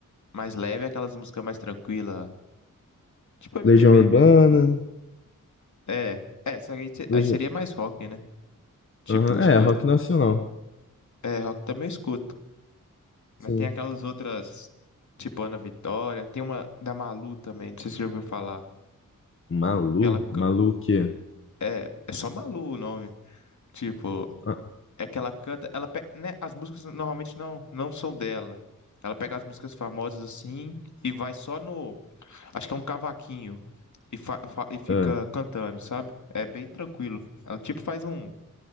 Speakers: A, on the left (about 60°); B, on the left (about 40°).
A: mais leve, é aquelas músicas mais tranquilas, tipo MPB
B: Legião Urbana,
A: mesmo. É, é, só que aí, se-
B: Legião...
A: aí seria mais rock, né? Tipo,
B: Aham,
A: eu escolho,
B: É, rock nacional.
A: é, rock também eu escuto. Mas
B: Sim.
A: tem aquelas outras, tipo Ana Vitória, tem uma da Malu também, não sei se você já ouviu falar.
B: Malu?
A: que Ela, c-
B: Malu o quê?
A: é, é só Malu o nome. Tipo,
B: Ah,
A: é que ela canta, ela pe- né, as músicas normalmente não não são dela. Ela pega as músicas famosas assim e vai só no, acho que é um cavaquinho e, fa- fa- e fica
B: é.
A: cantando, sabe? É bem tranquilo. Ela tipo faz um,